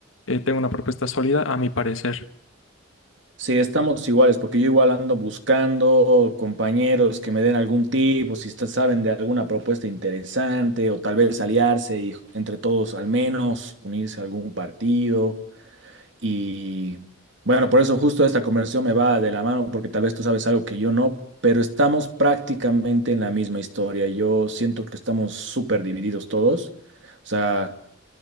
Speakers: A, on the left; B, on the right.
A: eh, tenga una propuesta sólida, a mi parecer.
B: Sí, estamos iguales, porque yo igual ando buscando compañeros que me den algún tip, o si está- saben de alguna propuesta interesante, o tal vez aliarse y entre todos al menos unirse a algún partido. Y bueno, por eso justo esta conversación me va de la mano, porque tal vez tú sabes algo que yo no, pero estamos prácticamente en la misma historia. Yo siento que estamos súper divididos todos. O sea,